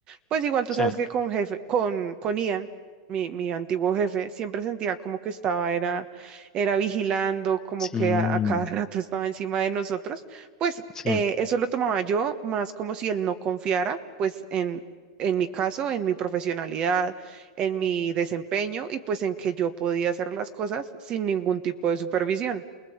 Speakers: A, on the right; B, on the left.
A: Pues igual tú
B: Sí,
A: sabes que con jefe, con, con Ian, mi, mi antiguo jefe, siempre sentía como que estaba, era, era vigilando, como
B: sí,
A: que a, a cada <laughs> rato estaba encima de nosotros. Pues
B: sí,
A: eh, eso lo tomaba yo más como si él no confiara, pues en, en mi caso, en mi profesionalidad, en mi desempeño y pues en que yo podía hacer las cosas sin ningún tipo de supervisión.